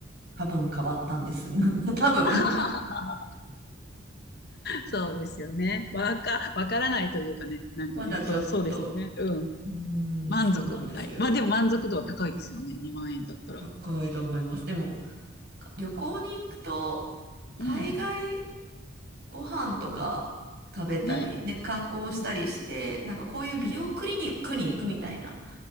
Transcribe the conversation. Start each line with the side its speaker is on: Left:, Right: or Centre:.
Right: 多分変わったんです。<laughs> なんか多分
Left: <laughs> そうですよね。わか、わからないというかね。
Right: <laughs>
Left: なんかね、
Right: まだちょっと、
Left: そう、そうですよね。うん。
Right: うーん、
Left: 満足みたい。
Right: そうなんですよ。
Left: まあでも満足度は高いですよね。2万円だったら。
Right: 高いと思います。でも、か旅行に行くと、大概
Left: うん。
Right: ご飯とか食べたり、
Left: ね。
Right: ね、観光したりして、
Left: うん。
Right: なんかこういう美容クリニックに行くみたいな
Left: うん